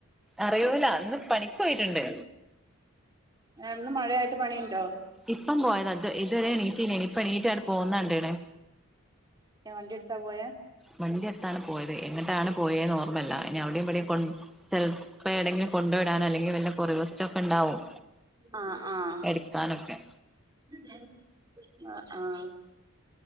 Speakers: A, in the centre; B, on the right.
A: അറിയൂല അന്ന് പണിക്ക് പോയിട്ടുണ്ട്
B: ആഹ് ഇന്ന് മഴ ആയിട്ട് പണിയുണ്ടോ
A: ഇപ്പം പോയത ഇത് ഇതുവരെ എണീറ്റില്ലായിന് ഇപ്പ എണീറ്റ് അങ്ങട്ട് പോകുന്നണ്ടക്കണ്
B: ഏ വണ്ടി ഇടുതാ പോയേ
A: വണ്ടി എടുത്താണ് പോയത് എങ്ങട്ടാണ് പോയെന്ന് ഓർമ്മല്ല ഇനി അവിടീം ഇപടീം കൊണ്ട് - ചിലപ്പോ ഏടെങ്കിലും കൊണ്ടു വിടാനൻ അല്ലെങ്കിൽ വല്ല കൊറിയറിസ്റ്റം ഒക്കെ ഉണ്ടാവും
B: ആഹ് ആഹ
A: എടുക്കാനൊക്കെ
B: ആഹ ആഹ